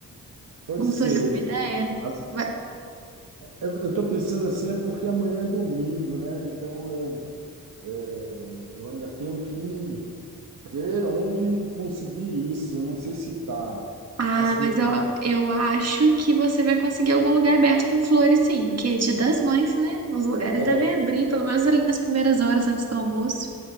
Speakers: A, on the right (about 70°); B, on the right (about 45°).
A: Pode
B: Gostou
A: ser.
B: de alguma ideia?
A: As-
B: Vai-
A: Eu estou pensando assim, é porque amanhã é domingo, né? Então eu é, Eu ainda tenho que ver onde conseguir isso. Eu não sei se tá
B: Ah,
A: As flores,
B: mas eu, eu acho que você vai conseguir algum lugar aberto com flores, sim, porque é Dia das Mães, né? Os lugares
A: é,
B: devem abrir, pelo menos ali nas primeiras horas antes do almoço.